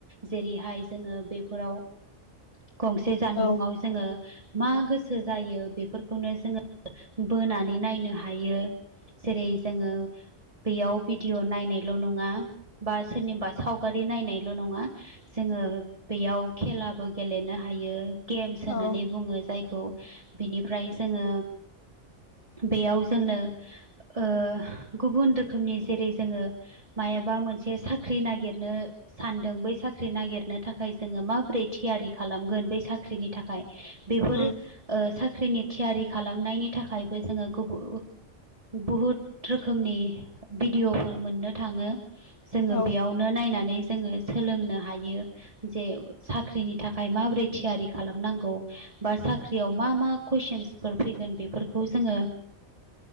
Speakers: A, on the right (about 30°); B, on the left (about 65°).
A: जेरैहाय जोङो बेफोराव गंसे जानबुङाव
B: औ
A: जोङो मा गोसो जायो बेफोरखौनो जोङो बोनानै नायनो हायो। जेरै जोङो बेयाव भिडिअ' नायनायल' नङा बा सोरनिबा सावगारि नायनायल' नङा जोङो बेयाव खेलाबो गेलेनो हायो। गेम्स होननानै
B: औ
A: बुङो जायखौ बिनिफ्राय जोङो बेयाव जोंनो ओ गुबुन रोखोमनि जेरै जोङो मायाबा मोनसे साख्रि नागिरनो सानदों बै साख्रि नागिरनो थाखाय जोङो माबोरै थियारि खालामगोन बै साख्रिनि थाखाय बेफोर
B: उम
A: साख्रिनि थियारि खालामनायनि थाखायबो जोङो गुबु बुहुद रोखोमनि भिडिअ'फोर मोननो थाङो, जोङो
B: औ
A: बेयावनो नायनानै जोङो सोलोंनो हायो। जे साख्रिनि थाखाय माबोरै थियारि खालामनांगौ बा साख्रियाव मा मा कुइसनस फैगोन, बेफोरखौ जोङो